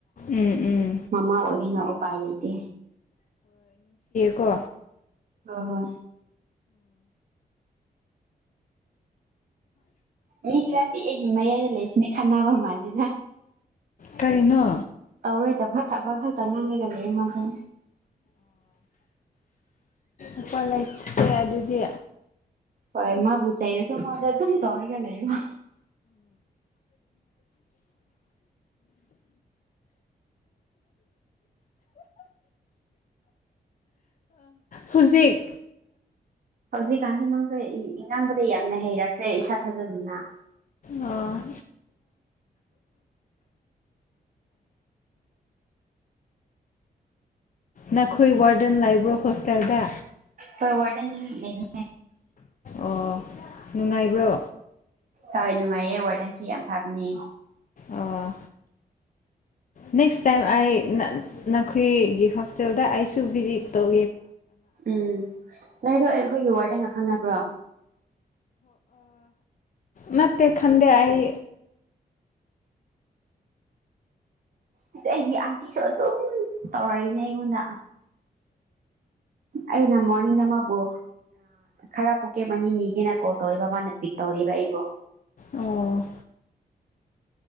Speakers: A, on the left; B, on the right.
A: ꯎꯝ ꯎꯝ
B: ꯃꯃꯥ ꯑꯣꯏꯕꯤꯅ ꯎꯄꯥꯏ ꯂꯩꯇꯦ꯫
A: ꯀꯣ꯫
B: ꯑ ꯍ ꯃꯤ ꯈꯔꯗꯤ ꯑꯩꯒꯤ ꯃꯌꯥꯏꯗ ꯂꯩꯔꯤꯁꯤꯅꯦ ꯈꯟꯅꯕ ꯃꯥꯜꯂꯤꯦꯗ
A: ꯀꯔꯤꯅꯣ
B: ꯇꯧꯔꯣꯏꯗꯕ ꯊꯕꯛ ꯈꯛꯇ ꯉꯥꯡꯂꯒ ꯂꯩꯌꯦ ꯃꯥꯗ
A: ꯑꯄꯥ ꯂꯩꯇꯦ ꯑꯗꯨꯗꯤ
B: ꯍꯣꯏ ꯃꯥꯕꯨ ꯆꯩꯔꯁꯨ ꯃꯥꯗ ꯑꯗꯨꯝ ꯇꯧꯔꯒ ꯂꯩꯌ
A: ꯍꯧꯖꯤꯛ
B: ꯍꯧꯖꯤꯛꯀꯥꯟꯁꯦ ꯅꯪꯁꯦ ꯉꯥꯡꯕꯗ ꯌꯥꯝꯅ ꯍꯩꯔꯈ꯭ꯔꯦ ꯏꯊꯥ ꯊꯥꯖꯗꯅ ꯎꯝ
A: ꯑꯥ ꯅꯪꯈꯣꯏ ꯋꯥ ꯗꯟꯂꯥꯏꯕ꯭ꯔꯣ ꯍꯣꯁꯇꯦꯜꯗ
B: ꯍꯣꯏ ꯋꯥꯔꯗꯦꯟꯗꯤ ꯂꯩꯕ
A: ꯑꯣ ꯅꯨꯡꯉꯥꯏꯕ꯭ꯔꯣ
B: ꯍꯣꯏ ꯅꯨꯡꯉꯥꯏꯌꯦ ꯋꯥꯔꯗꯦꯟꯁꯨ ꯌꯥꯝ ꯐꯕꯅꯦ
A: ꯑꯥ ꯅꯦꯛꯁ ꯇꯥꯏ ꯑꯩ ꯅꯅꯥꯈꯣꯏꯒꯤ ꯍꯣꯁꯇꯦꯜꯗ ꯑꯁꯨꯚꯖꯤ ꯇꯧ
B: ꯎꯝ ꯅꯣꯏꯗꯣ ꯑꯩ ꯑꯩꯈꯣꯏꯒꯤ ꯋꯥꯔꯗꯦꯡ ꯉꯥꯈꯟꯅꯕ꯭ꯔꯣ
A: ꯅꯇ ꯈꯥꯟꯗ ꯑꯩ
B: ꯑꯁ ꯑꯩꯒꯤ ꯑꯟꯇꯤꯁꯨ ꯑꯗꯨꯝ ꯇꯧꯔꯔꯤꯅꯦ ꯑꯩꯉꯣꯟꯗ ꯑꯩꯅ ꯃꯣꯔꯅꯤꯡꯗ ꯑꯃꯕꯨ ꯈꯔ ꯀꯦꯞ ꯑꯅꯤꯅꯤꯒꯦꯅ ꯀꯣꯜ ꯇꯧꯦꯕ ꯃꯥꯅ ꯄꯤꯛ ꯇꯧꯕ ꯑꯩꯕꯨꯣ
A: ꯑꯣ